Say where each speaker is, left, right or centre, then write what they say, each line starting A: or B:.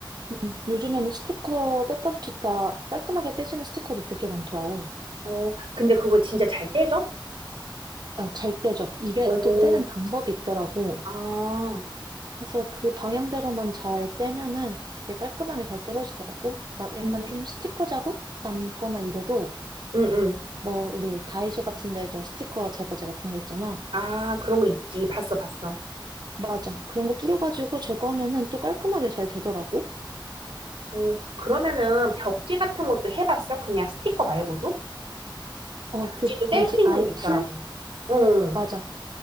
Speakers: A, on the right; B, on the right.
A: 음, 요즘에는 스티커 뗐다 붙였다 깔끔하게 떼지는 스티커도 되게 많더라고.
B: 어, 근데 그거 진짜 잘 떼져?
A: 어, 잘 떼죠. 이게
B: 어,
A: 또 떼는 방법이 있더라고.
B: 아,
A: 그래서 그 방향대로만 잘 떼면은 이게 깔끔하게 잘 떨어지더라고. 막 약간
B: 음,
A: 좀 스티커 자국 남거나 이래도
B: 응, 응.
A: 뭐 우리 다이소 같은 데서 스티커 제거제 같은 거 있잖아.
B: 아, 그런 거 있지. 봤어, 봤어.
A: 맞아. 그런 거 뿌려가지고 제거하면은 또 깔끔하게 잘 되더라고.
B: 어, 그러면은 벽지 같은 것도 해봤어? 그냥 스티커 말고도?
A: 어,
B: 벽지도
A: 그
B: 뗄
A: 뭐지?
B: 수 있는
A: 아예
B: 거 있더라고.
A: 풀?
B: 응,
A: 맞아.